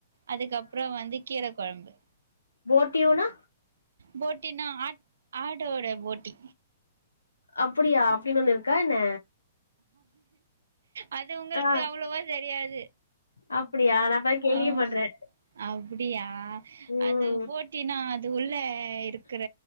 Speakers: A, on the right; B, on the left.
A: அதுக்கப்றோ வந்து கீர கொழம்பு
B: போட்டிவோனா
A: போட்டினா ஆட் ஆடோட போட்டி
B: அப்டியா அப்படின் ஒண்ணு இருக்கா என்ன
A: அது உங்களுக்கு
B: ஆ
A: அவ்வளவா தெரியாது
B: அப்டியா நா இப்பதான் கேள்விப்படுறேன்.
A: ஆமா அப்படியா
B: ம்.
A: அது போட் டீன்னா அது உள்ளே இருக்கிற